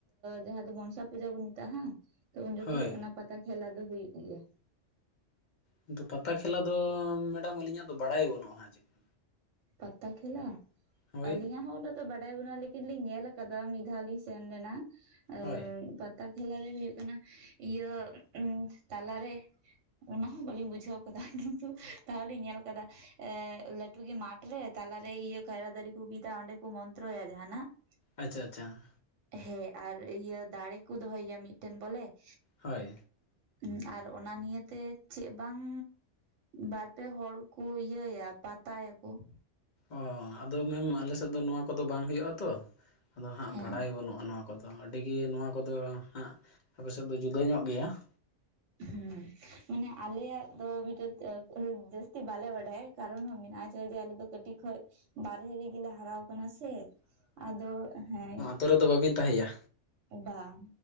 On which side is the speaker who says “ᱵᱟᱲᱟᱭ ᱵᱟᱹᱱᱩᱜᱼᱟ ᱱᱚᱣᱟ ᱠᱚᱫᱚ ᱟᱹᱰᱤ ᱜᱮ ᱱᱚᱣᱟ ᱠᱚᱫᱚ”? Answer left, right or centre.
Left